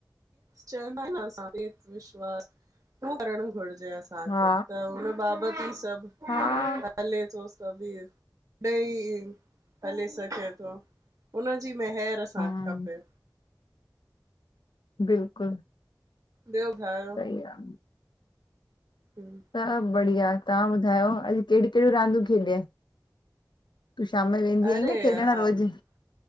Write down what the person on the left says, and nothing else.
हा
हा
हम्म
बिल्कुल
सही आ।
सभ बढ़िया, तहां ॿुधायो, अॼ केड़यूं केड़यूं रांदयूं खेॾयै? तूं शाम जो वेंदी
अईं न, खेॾण
रोज़?